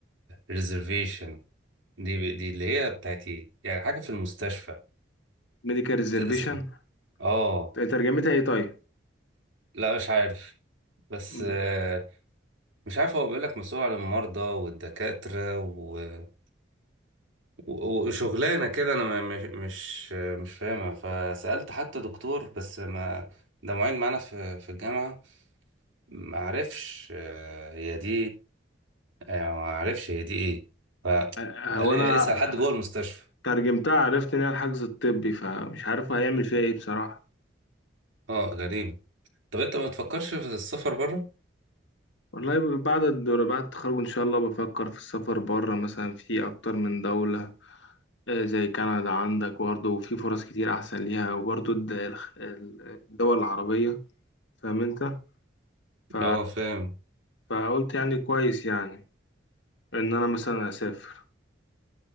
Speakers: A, on the right; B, on the left.
A: ريزرفيشن دي دي اللي هي بتاعت ايه يعني حاجه في المستشفى
B: ميديكال ريزرفيشن
A: تأس- اه
B: ترجمتها ايه طيب؟
A: لا مش عارف بس
B: مم.
A: آه، مش عارف هو بيقول لك مسؤول عن المرضى والدكاتره و- و- وشغلانه كده انا ما- مش مش آه، مش فاهمها فسالت حتى دكتور بس ما ده معيد معانا في في الجامعه ما عرفش آه، هي دي يعني ما عرفش هي دي ايه
B: آه،
A: قال
B: هو
A: لي
B: انا
A: اسأل حد جوه المستشفى
B: ترجمتها عرفت ان هي الحجز الطبي فمش عارف هيعمل فيها ايه بصراحة
A: اه غريب طب انت ما تفكرش في السفر بره
B: والله ب- بعد الدور بعد التخرج إن شاء الله بفكر في السفر بره مثلا في أكتر من دولة آه، زي كندا عندك برضه وفي فرص كتير أحسن ليها وبرضه الد- الخ- الدول العربية فاهم أنت؟ ف...
A: اه فاهم
B: فقلت يعني كويس يعني إن أنا مثلا أسافر